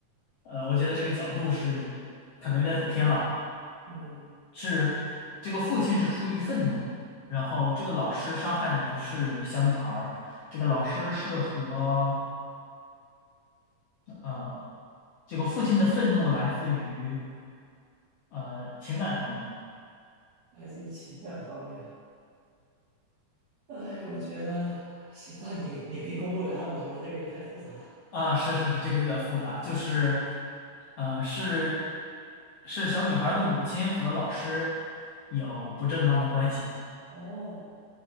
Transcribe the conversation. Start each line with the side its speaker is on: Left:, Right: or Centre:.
Left: 呃，我觉得这个角度是可能有点走偏了。
Right: 嗯，
Left: 是这个父亲是出于愤怒，然后这个老师伤害的不是小女孩儿，这个老师是和呃这个父亲的愤怒来自于呃情感方面
Right: 来自于情感方面。哎，我觉得行吧，你你你你公布答案吧，我觉得这个有点太复杂了。
Left: 啊，是是是，这个有点复杂，就是呃是是小女孩儿的母亲和老师有不正当的关系。
Right: 哦，